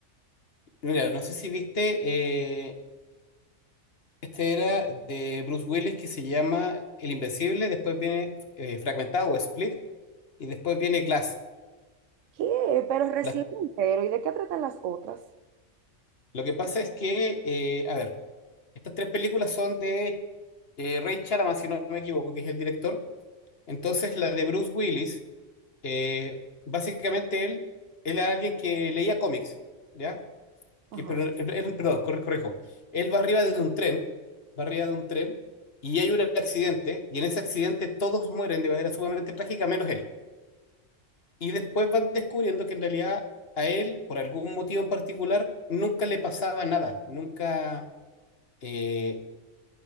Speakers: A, on the left (about 50°); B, on the right (about 80°).
A: Mira, no sé si viste, eh, este era de Bruce Willis que se llama El Invencible, después viene eh, Fragmentado o Split y después viene Glass.
B: ¿Qué? Pero recién
A: Las-
B: entero. ¿Y de qué tratan las otras?
A: lo que pasa es que, eh, a ver, estas tres películas son de eh, Ray Chalamet, si no me equivoco, que es el director. Entonces, la de Bruce Willis, eh, básicamente él, él era alguien que leía cómics, ¿ya?
B: Ajá,
A: que, pero, él- perdón, corri- corrijo, él va arriba de un tren, va arriba de un tren y hay un accidente y en ese accidente todos mueren de manera sumamente trágica menos él. Y después van descubriendo que en realidad a él, por algún motivo en particular, nunca le pasaba nada, nunca eh,